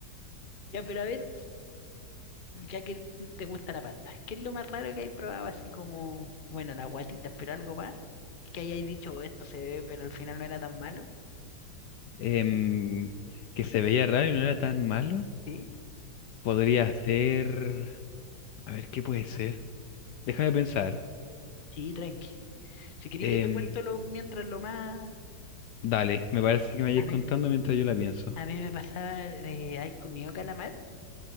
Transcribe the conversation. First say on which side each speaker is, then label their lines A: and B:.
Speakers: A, on the left (about 35°); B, on the left (about 70°).
A: Ya, pero a ver, ya que te gusta la palta, ¿qué es lo más raro que hay probado así como, bueno, las guatitas, pero algo más? Que hayáis dicho, "Oh, esto se ve, pero al final no era tan malo.
B: Em, que se veía raro y no era tan malo.
A: Sí,
B: Podría ser... A ver, ¿qué puede ser? Déjame pensar.
A: sí, tranqui. Si queréis,
B: Em,
A: yo te cuento lo, mientras lo más.
B: dale, me parece que me vayas
A: A mí,
B: contando mientras yo la pienso.
A: a mí me pasaba de haber comido calamar,